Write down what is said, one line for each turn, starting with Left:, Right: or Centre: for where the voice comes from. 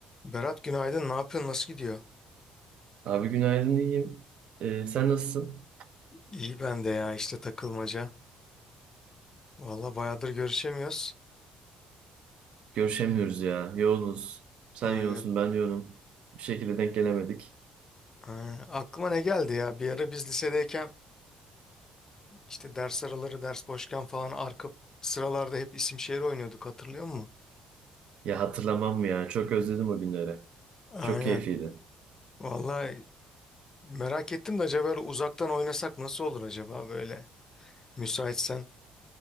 Left: Berat günaydın. Ne yapıyorsun? Nasıl gidiyor?
Right: Abi günaydın iyiyim. Ee, sen nasılsın?
Left: İyi ben de ya işte takılmaca. Valla bayağıdır görüşemiyoruz.
Right: Görüşemiyoruz ya. Yoğunuz. Sen
Left: Aynen.
Right: yoğunsun, ben yoğunum. Bir şekilde denk gelemedik.
Left: Aynen. Aklıma ne geldi ya? Bir ara biz lisedeyken işte ders araları, ders boşken falan arka sıralarda hep isim şehir oynuyorduk hatırlıyor musun?
Right: Ya hatırlamam mı ya? Çok özledim o günleri.
Left: Aynen.
Right: Çok keyifliydi.
Left: Valla merak ettim de acaba böyle uzaktan oynasak nasıl olur acaba böyle? Müsaitsen